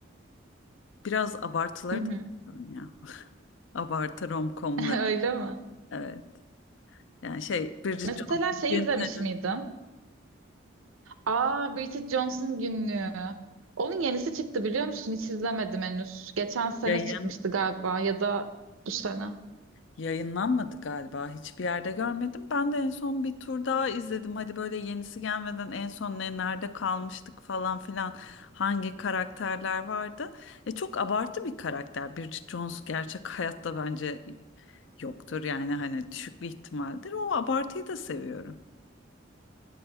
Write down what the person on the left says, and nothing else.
biraz abartıları
da seviyorum ya. Abartı romcomları.
Evet. Yani şey Bridget
Jones'un
bugün
e,
yayın
yayınlanmadı galiba. Hiçbir yerde görmedim. Ben de en son bir tur daha izledim. Hadi böyle yenisi gelmeden en son ne nerede kalmıştık falan filan hangi karakterler vardı. E, çok abartı bir karakter. Bridget Jones gerçek <laughs> hayatta bence yoktur. Yani hani düşük bir ihtimaldir. O abartıyı da seviyorum.